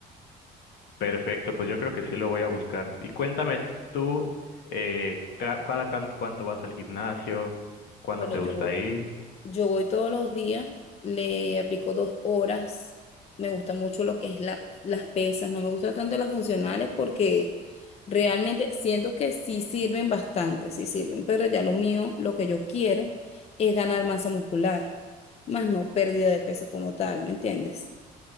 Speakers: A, on the left; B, on the left.
A: Perfecto, pues yo creo que sí lo voy a buscar. Y cuéntame tú, eh, ca- cada cuánto cuánto vas al gimnasio, cuándo
B: Bueno,
A: te
B: yo
A: gusta ir.
B: Yo voy todos los días, le aplico dos horas. Me gusta mucho lo que es la, las pesas, no me gustan tanto las funcionales porque realmente siento que sí sirven bastante, sí sirven, pero ya lo mío, lo que yo quiero es ganar masa muscular, más no pérdida de peso como tal, ¿me entiendes?